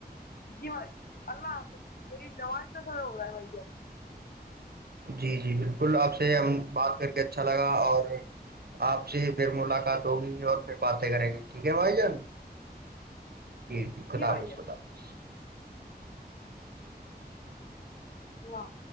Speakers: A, on the left (about 65°); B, on the right (about 65°).
A: جی بھائی اللہ حافظ میری نماز کا سمے ہو رہا ہے بھائی
B: جی جی بالکل آپ سے ہم بات کر کے اچھا لگا اور آپ سے پھر ملاقات ہوگی اور پھر باتیں کریں گے ٹھیک ہے بھائی جان جی جی خدافظ
A: بھائی جان
B: خدافظ <inaudible>
A: واہ